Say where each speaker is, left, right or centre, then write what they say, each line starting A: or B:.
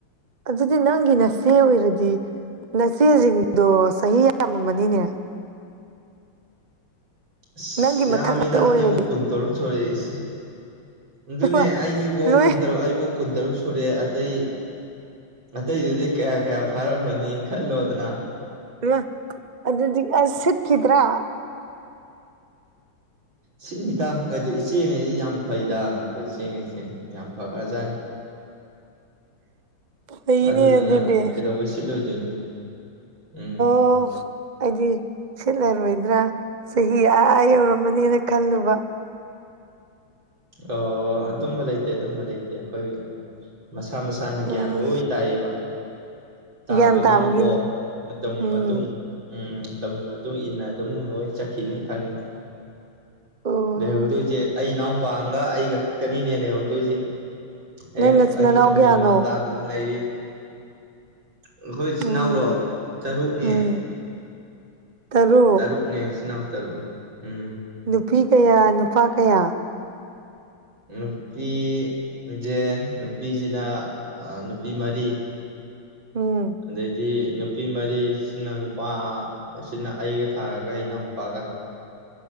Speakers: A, on the right; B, on the right.
A: ꯑꯗꯨꯗꯤ ꯅꯪꯒꯤ ꯅꯆꯦ ꯑꯣꯏꯔꯗꯤ ꯅꯆꯦꯁꯤꯡꯗꯣ ꯆꯍꯤ ꯌꯥꯝꯃꯅꯤꯅꯦ
B: ꯑꯁ
A: ꯅꯪꯒꯤ
B: ꯌꯥꯝꯃꯦꯗ
A: ꯃꯊꯛ ꯉꯥꯛꯇ ꯑꯣꯏꯔꯗꯤ
B: ꯑꯩꯕꯧ ꯀꯨꯟ ꯇꯧꯔꯛ ꯁꯣꯔꯦ ꯑꯩꯁꯤꯦ ꯑꯗꯨꯅꯦ
A: ꯏꯃꯥ
B: ꯑꯩꯒꯤꯐꯧ
A: ꯂꯣꯏ
B: ꯀꯨꯟꯇꯔꯨꯛ ꯑꯩꯕꯨꯧ ꯀꯨꯟ ꯇꯔꯨꯛ ꯁꯨꯔꯦ ꯑꯇꯩ ꯑꯇꯩꯗꯨꯗꯤ ꯀꯌꯥ ꯀꯌꯥ ꯐꯥꯔꯝꯃꯅꯤ ꯈꯜꯂꯣꯗꯅ
A: ꯃ ꯑꯗꯨꯗꯤ ꯑꯁ ꯁꯤꯠꯈꯤꯗ꯭ꯔꯥ
B: ꯁꯤꯅꯤꯗ ꯀꯩꯗ ꯏꯆꯦꯉꯁꯤ ꯌꯥꯝ ꯐꯩꯗ ꯑꯩꯈꯣꯏ ꯏ ꯆꯦꯉꯁꯦ ꯌꯥꯝ ꯐꯒꯂꯖꯅꯤ
A: ꯐꯩꯅꯦ
B: ꯑꯗꯨꯗꯨꯅ
A: ꯑꯗꯨꯗꯤ
B: ꯀꯩꯗꯧꯕꯩ ꯁꯤꯠꯂꯣꯏꯗꯣꯏꯅꯣ ꯎꯝ
A: ꯑꯣ ꯑꯩꯗꯤ ꯁꯤꯠꯂꯔꯣꯏꯗ꯭ꯔꯥ ꯆꯍꯤ ꯑꯥ ꯌꯧꯔꯝꯃꯅꯦꯅ ꯈꯜꯂꯨꯕ
B: ꯑꯣ ꯑꯗꯨꯝꯕ ꯂꯩꯇꯦ ꯑꯗꯨꯝꯕ ꯂꯩꯇꯦ ꯑꯩꯈꯣꯏ ꯃꯁꯥ ꯃꯁꯥ ꯏꯁꯥꯅ
A: ꯎꯝ
B: ꯒ꯭ꯌꯥꯟ ꯂꯣꯏ ꯇꯥꯏꯌꯦꯕ ꯇꯥꯕꯅꯤꯅꯀꯣ
A: ꯒ꯭ꯌꯥꯟ ꯇꯥꯕꯒꯤꯅꯤ
B: ꯃꯇꯝꯒꯤ
A: ꯎꯝ
B: ꯃꯇꯨꯡ ꯎꯝ ꯇꯝꯒꯤ ꯃꯇꯨꯡ ꯏꯟꯅ ꯑꯗꯨꯝ ꯂꯣꯏ ꯆꯠꯈꯤꯅꯤ ꯈꯪꯉꯤ
A: ꯑꯣ
B: ꯂꯩꯍꯧꯗꯣꯏꯁꯦ ꯑꯩ ꯏꯅꯥꯎꯄꯥꯥꯡꯒ ꯑꯩꯒ ꯈꯛꯇꯅꯤꯅꯦ ꯂꯩꯍꯧꯗꯣꯏꯁꯦ ꯍ
A: ꯅꯪ ꯅꯆꯤꯟ
B: ꯑꯩꯁꯤꯅ
A: ꯅꯅꯥꯎ ꯀꯌꯥꯅꯣ
B: ꯃꯦꯟꯃꯥꯟ ꯇꯥꯗꯅ ꯂꯩꯔꯤ ꯑꯩꯈꯣꯏ ꯏꯆꯤꯟꯅꯥꯎꯔꯣ
A: ꯎꯝ
B: ꯇꯔꯨꯛꯅꯦ
A: ꯎꯝ ꯇꯔꯨꯛ
B: ꯇꯔꯨꯛꯅꯦ ꯏꯆꯅꯥꯎ ꯇꯔꯨꯛ ꯎꯝ
A: ꯅꯨꯄꯤ ꯀꯌꯥ ꯅꯨꯄꯥ ꯀꯌꯥ
B: ꯅꯨꯄꯤꯁꯦ ꯅꯨꯄꯤꯁꯤꯅ ꯅꯨꯄꯤ ꯃꯔꯤ
A: ꯎꯝ
B: ꯑꯗꯩꯗꯤ ꯅꯨꯄꯤ ꯃꯔꯤꯁꯤꯅ ꯅꯨꯄꯥ ꯑꯁꯤꯅ ꯑꯩꯒ ꯊꯥꯔꯒ ꯏꯅꯥꯎꯨꯄꯥꯒ